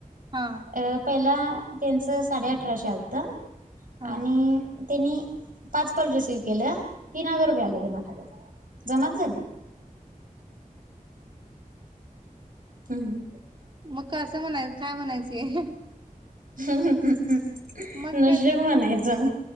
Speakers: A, on the right; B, on the right.
A: हा
B: अप पहिला त्यांचं साडे अठराशे आलत आणि
A: हा
B: त्यांनी पाच कॉल रिसिव्ह केलं. तीन हजार रुपये आले त्यांना खात्यात. जमाच झाले. हम्म.
A: मग कासं म्हणायच काय म्हणायचं हे.
B: हम् हम् हम ह
A: मग
B: नशीब
A: काय तर
B: म्हणायच.